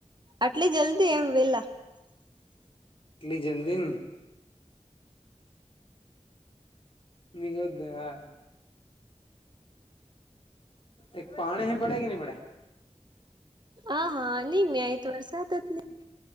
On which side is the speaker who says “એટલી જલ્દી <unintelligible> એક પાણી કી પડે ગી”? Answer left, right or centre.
Left